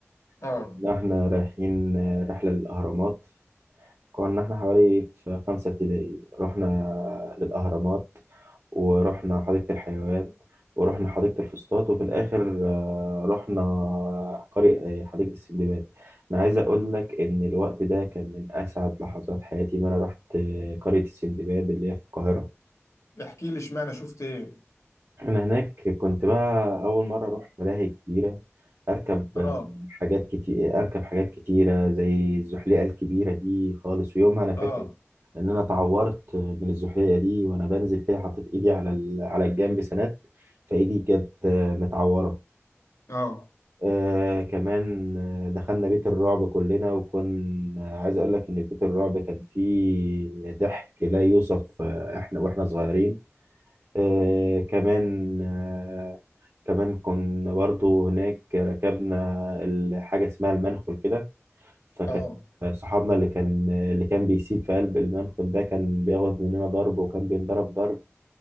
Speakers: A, on the left (about 85°); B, on the right (about 60°).
A: اه
B: كنا احنا رايحين رحله للاهرامات كنا احنا حوالي في خمسه ابتدائي رحنا للاهرامات ورحنا حديقه الحيوان ورحنا حديقه الفسطاط وفي الاخر آه، رحنا قرية آه، حديقه السندباد انا عايز اقول لك ان الوقت ده كان من اسعد لحظات حياتي ما انا رحت قريه السندباد اللي هي في القاهره
A: احكي لي اشمعنى شفت ايه
B: انا هناك كنت بقى اول مره اروح ملاهي كبيره اركب
A: اه
B: آه، حاجات كتير اركب حاجات كتيره زي الزحليقه الكبيره دي خالص ويومها انا فاكر
A: اه
B: ان انا اتعورت من الزحليقه دي وانا بنزل كده حطيت ايدي على ال- على الجنب سند فايدي كانت آه، متعوره
A: اه
B: آه كمان آه، دخلنا بيت الرعب كلنا وكنا عايز اقول لك ان في بيت الرعب كان فيه ضحك لا يوصف آه، احنا واحنا صغيرين آه كمان آه كمان كنا برضو هناك ركبنا ال- حاجة اسمها المنخل كده فكان
A: اه
B: صحابنا اللي كان اللي كان بيسيب في قلب المنخل ده كان بياخد مننا ضرب وكان بينضرب ضرب